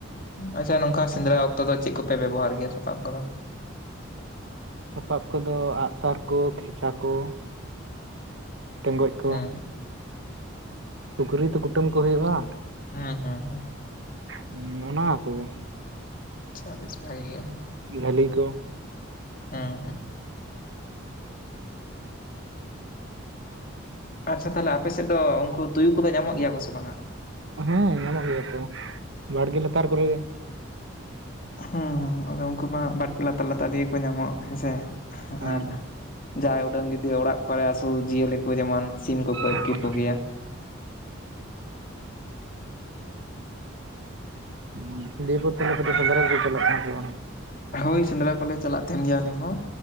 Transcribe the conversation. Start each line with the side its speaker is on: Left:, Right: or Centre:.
Left: ᱟᱪᱪᱷᱟ ᱱᱚᱝᱠᱟ ᱥᱮᱸᱫᱽᱨᱟ ᱚᱠᱛᱚ ᱫᱚ ᱪᱮᱫ ᱠᱚᱯᱮ ᱵᱮᱵᱚᱦᱟᱨ ᱜᱮᱭᱟ ᱥᱟᱯᱟᱵ ᱠᱚᱫᱚ
Right: ᱥᱟᱯᱟᱵ ᱠᱚᱫᱚ ᱟᱜᱼᱥᱟᱨ ᱠᱚ ᱠᱷᱮᱪᱟ ᱠᱚ ᱴᱮᱸᱜᱚᱡ ᱠᱚ
Left: ᱦᱩᱸ
Right: ᱥᱩᱠᱨᱤ ᱛᱚ ᱠᱩᱴᱟᱹᱢ ᱠᱚ ᱦᱩᱭᱩᱜᱼᱟ
Left: ᱦᱩᱸ ᱦᱩᱸ ᱦᱩᱸ
Right: ᱦᱩᱸ ᱚᱱᱟ ᱚᱱᱟ ᱠᱚᱜᱮ
Left: ᱪᱟᱵᱤᱥ ᱵᱷᱟᱜ ᱜᱮᱭᱟ
Right: ᱡᱷᱟᱹᱞᱤ ᱠᱚ
Left: ᱦᱩᱸ ᱦᱩᱸ ᱟᱪᱪᱷᱟ ᱛᱟᱦᱚᱞᱮ ᱟᱯᱮ ᱥᱮᱫ ᱫᱚ ᱩᱱᱠᱩ ᱛᱩᱭᱩ ᱠᱚᱫᱚ ᱧᱟᱢᱚᱜ ᱜᱮᱭᱟ ᱠᱚ ᱥᱮ ᱵᱟᱝᱟ
Right: ᱦᱮᱸ ᱧᱟᱢᱚᱜ ᱜᱮᱭᱟ ᱠᱚ ᱵᱟᱲᱜᱮ ᱞᱟᱛᱟᱨ ᱠᱚᱨᱮ ᱜᱮ
Left: ᱦᱮᱸ ᱟᱫᱚ ᱩᱱᱠᱩ ᱢᱟ ᱵᱟᱲᱜᱮ ᱞᱟᱛᱟᱨ ᱞᱟᱛᱟᱨ ᱛᱮᱜᱮ ᱠᱚ ᱧᱟᱢᱚᱜᱼᱟ ᱦᱮᱸᱥᱮ
Right: ᱦᱮᱸ
Left: ᱟᱨ ᱡᱟᱦᱟᱸᱭ ᱩᱰᱟᱹᱝ ᱡᱩᱫᱤ ᱚᱲᱟᱜ ᱠᱚᱨᱮ ᱟᱹᱥᱩᱞ ᱡᱤᱭᱟᱹᱞᱤ ᱠᱚ ᱡᱮᱢᱚᱱ ᱥᱤᱢ ᱠᱚᱠᱚ ᱟᱹᱛᱠᱤᱨ
Right: ᱟ ᱦᱮᱸ
Left: ᱠᱚᱜᱮᱭᱟ᱾
Right: <inaudible> ᱫᱤᱭᱯᱩᱨ ᱛᱟᱞᱮ ᱥᱮᱱᱫᱽᱨᱟ ᱜᱮ ᱪᱟᱞᱟᱜ ᱠᱟᱱᱟ ᱥᱮ ᱵᱟᱝ
Left: ᱦᱳᱭ ᱥᱮᱸᱫᱽᱨᱟ ᱠᱚᱞᱮ ᱪᱟᱞᱟᱜ ᱛᱟᱦᱮᱱ ᱜᱮᱭᱟ ᱟᱞᱮ ᱦᱚᱸ